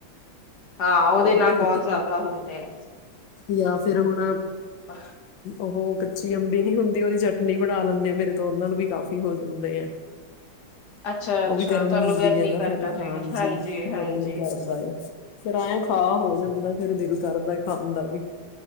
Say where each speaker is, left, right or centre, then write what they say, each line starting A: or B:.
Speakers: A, on the left; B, on the left.
A: ਹਾਂ
B: ਉਹਦੇ
A: ਨਾਲ
B: ਕਰਕੇ
A: ਬਹੁਤ ਜ਼ਿਆਦਾ ਹੁੰਦੇ ਆ
B: ਜਾਂ ਫਿਰ ਹੁਣ।
A: ਆ।
B: ਉਹ ਕੱਚੀ ਅੰਬੀ ਨੀ ਹੁੰਦੀ ਉਹਦੀ ਚਟਨੀ ਬਣਾ ਲੈਂਦੇ ਆ ਮੇਰੇ ਤੋਂ ਉਹ ਨਾਲ ਵੀ ਕਾਫ਼ੀ ਹੋ ਜਾਂਦੇ ਆ।
A: ਅੱਛਾ
B: ਉਹ
A: ਅੱਛਾ
B: ਵੀ ਗਰਮ
A: ਤੁਹਾਨੂੰ
B: ਹੁੰਦੀ
A: ਗਰਮੀ
B: ਹੈ ਨਾ
A: ਕਰਦਾ
B: ਫੇਰ
A: ਹੈਗਾ
B: ਹਾਂਜੀ
A: ਹਾਂਜੀ
B: ਗਰਮੀ ਕਰਦਾ। ਫੇਰ ਆਆ ਖਾ ਹੋ ਜਾਂਦਾ ਫੇਿਰ ਦਿਲ ਕਰਦਾ ਖਾਣ ਦਾ ਵੀ।